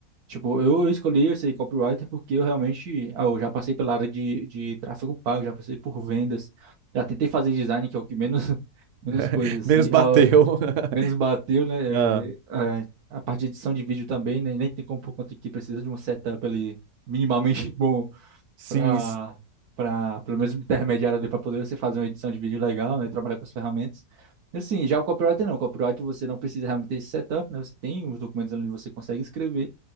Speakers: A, on the right (about 80°); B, on the right (about 65°).
A: Tipo, eu escolhi esse copywriter porque eu realmente, ah, eu já passei pela área de, de tráfego pago, já passei por vendas, já tentei fazer design, que é o que menos, <laughs> menos
B: <laughs>
A: coisas
B: Menos
A: assim,
B: bateu.
A: ah,
B: <laughs>
A: menos bateu, né?
B: Ah,
A: É, é, a parte de edição de vídeo também, né? Nem tem como por conta que precisa de um setup ali minimamente <laughs> bom
B: sim,
A: para para pelo menos intermediário ali para poder você fazer uma edição de vídeo legal, né? Trabalhar com as ferramentas. Assim, já o copywriter não, o copywriter você não precisa realmente ter esse setup, né? Você tem os documentos ali onde você consegue escrever.